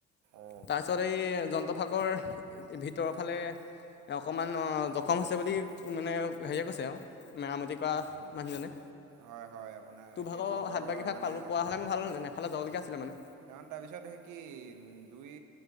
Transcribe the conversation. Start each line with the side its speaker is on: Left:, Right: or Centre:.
Right: অ
Left: তাৰপিছত এই যন্ত্ৰফাকৰ ভিতৰৰ ফালে অকমান অ দখম হৈছে বুলি মানে হেৰিয়ে কৈছে আৰু মেৰামতি কৰা মানুহজনে।
Right: হয় হয় আপোনাৰ
Left: তোৰ ভাগৰ
Right: সেই যন্ত্ৰৰ
Left: সাত ভাগি ভাগ
Right: মানে
Left: পালো
Right: ডক্তৰে
Left: পোৱা হ'লে
Right: কৈছে
Left: মই ভাল আছিল এফালে যাবলগীয়া আছিলে মানে।
Right: কাৰণ তাৰপিছত সেই কি দুই